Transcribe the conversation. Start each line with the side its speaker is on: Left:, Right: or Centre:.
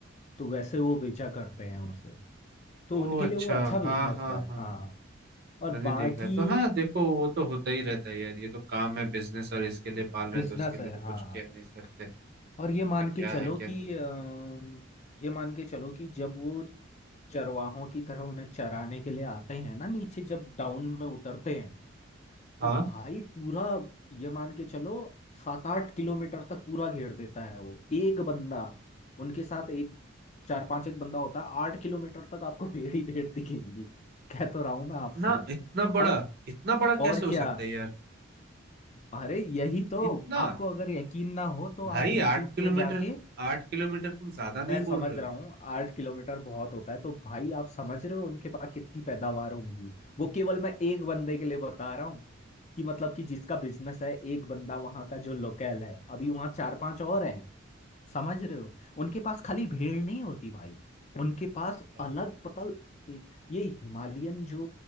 Left: तो वैसे वो बेचा करते हैं उसे तो
Right: ओह
Left: उनके
Right: अच्छा
Left: लिए वो अच्छा बिजनेस
Right: हाँ हाँ
Left: है
Right: हाँ
Left: हाँ और
Right: मैंने
Left: बाकी
Right: देखा है तो हाँ देखो वो तो होता ही रहता है यार ये तो काम है बिजनेस और इसके लिए पाल रहे
Left: बिजनेस
Right: तो उसके लिए
Left: है
Right: तो कुछ
Left: हाँ
Right: कह नहीं सकते
Left: और
Right: उनका
Left: ये मान
Right: क्या
Left: के चलो
Right: है क्या
Left: कि
Right: नहीं
Left: अम, ये मान के चलो कि जब वो चरवाहों की तरह उन्हें चराने के लिए आते हैं ना नीचे जब डाउन में उतरते हैं
Right: हाँ
Left: तो भाई पूरा ये मान के चलो सात आठ किलोमीटर तक पूरा घेर देता है वो एक बंदा उनके साथ एक चार पांच एक बंदा होता है आठ किलोमीटर तक आपको <laughs> भेड़ ही भेड़ दिखेंगी कह तो रहा हूं मैं
Right: इतना
Left: आपसे
Right: इतना बड़ा
Left: और
Right: इतना बड़ा
Left: और
Right: कैसे हो
Left: क्या
Right: सकता है यार
Left: अरे यही तो
Right: इतना
Left: आपको अगर यकीन ना हो तो
Right: भाई
Left: आप YouTube
Right: आठ किलोमीटर
Left: में जाके
Right: आठ किलोमीटर तुम ज्यादा नहीं
Left: मैं समझ
Right: बोल रहे हो
Left: रहा हूँ आठ किलोमीटर बहुत होता है तो भाई आप समझ रहे हो उनके पास कितनी पैदावार होंगी वो केवल मैं एक बंदे के लिए बता रहा हूँ कि मतलब कि जिसका बिजनेस है एक बंदा वहाँ का जो लोकल है अभी वहाँ चार पांच और हैं समझ रहे हो उनके पास खाली भेड़ नहीं होती भाई उनके पास
Right: क्या?
Left: अलग पतल ये ये हिमालयन जो